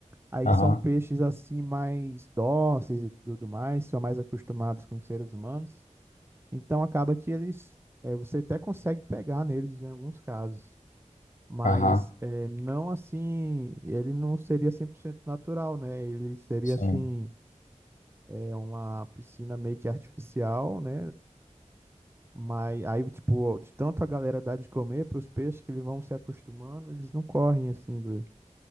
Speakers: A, on the right; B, on the left.
A: Aí
B: Aham,
A: são peixes assim mais dóceis e tudo mais, são mais acostumados com os seres humanos. Então acaba que eles, eh, você até consegue pegar neles em alguns casos, mas
B: aham,
A: eh, não assim, ele não seria 100% natural, né? Ele seria
B: sim,
A: assim, é uma piscina meio que artificial, né? Mas aí, tipo, de tanto a galera dar de comer para os peixes que eles vão se acostumando, eles não correm assim do,